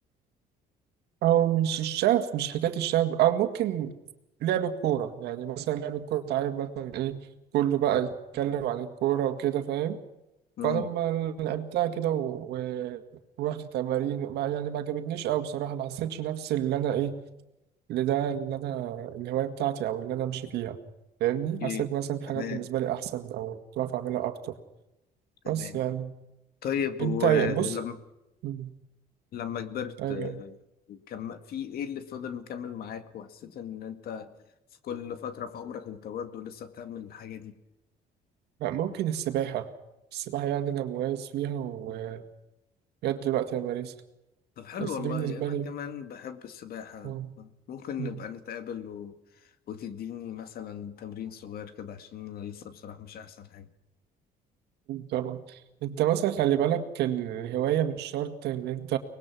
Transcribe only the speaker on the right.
أو مش الشغف مش حكاية الشغف أو ممكن لعب الكورة يعني مثلا لعب الكورة أنت عارف مثلا إيه كله بقى يتكلم عن الكورة وكده فاهم
فأنا لما لعبتها كده و... و- ورحت تمارين ما يعني ما عجبتنيش أوي بصراحة ما حسيتش نفسي اللي أنا إيه اللي ده اللي انا الهوايه بتاعتي او اللي انا امشي فيها فاهمني
حسيت مثلا في حاجات
بالنسبه لي احسن او كنت بعرف اعملها اكتر
بس يعني
انت
يعني بص مم.
ايوه
أيوة.
لا ممكن السباحه السباحه يعني انا مميز فيها ولغايه دلوقتي انا بمارسها
بس
دي بالنسبه
لي
آه.
مم.
طبعا انت مثلا خلي بالك الهوايه مش شرط ان انت